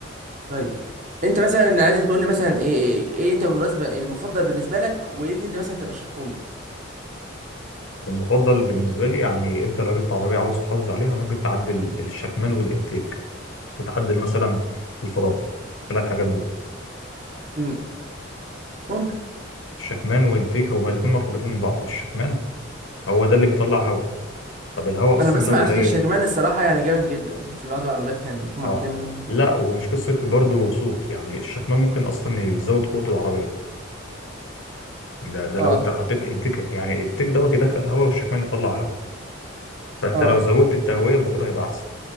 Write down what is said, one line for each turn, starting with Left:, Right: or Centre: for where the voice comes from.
Right: طيب انت مثلا عايزك تقول لي مثلا ايه ايه, إيه انت بالمناسبه المفضل بالنسبه لك وايه اللي انت مثلا ترشحه لي
Left: المفضل بالنسبة لي يعني أنت لو جبت عربية عاوز تحافظ عليها ممكن تعدل الشكمان والإنتيك وتعدل مثلا الفرامل الثلاث حاجات دول
Right: امم ممكن
Left: الشكمان والإنتيك هما الاتنين مرتبطين من بعض الشكمان هو ده اللي بيطلع هواء طب الهواء أصلا
Right: انا بسمع
Left: لو قليل
Right: صوت الشكمان الصراحه يعني جامد جدا في بعض العربيات يعني بتكون
Left: أه
Right: معديه من جنبه كده
Left: لا ومش قصة برضه صوت يعني الشكمان ممكن أصلا يزود قوة العربية ده ده
Right: اه
Left: لو أنت حطيت إنتيك يعني الإنتيك دوت يدخل هواء والشكمان يطلع هواء فأنت
Right: اه
Left: لو زودت التهوية الموتور هيبقى أحسن